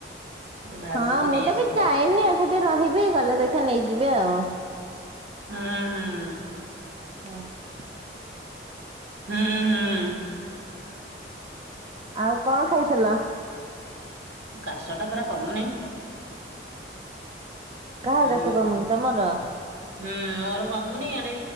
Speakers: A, on the right; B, on the right.
A: ଟିକେ ଭାଜିକି
B: ହଁ ମୁଁ
A: ନେଇ
B: ତ
A: ଆସିଥିବ।
B: ବି ଯାଇନି ଆଉ ସେଠି ରହିବି ଗଲେ ଦେଖିବା ନେଇଯିବି ଆଉ।
A: ହୁଁ।
B: <unintelligible>
A: ହୁଁ ହୁଁ।
B: ଆଉ କଣ ଖାଇଥିଲ?
A: କାଶ ଟା ପରା କମୁନି।
B: କା
A: ହୁଁ
B: କ ସ କମ ତ ମର
A: ହୁଁ ମୋର କମୁନି ଆଡେ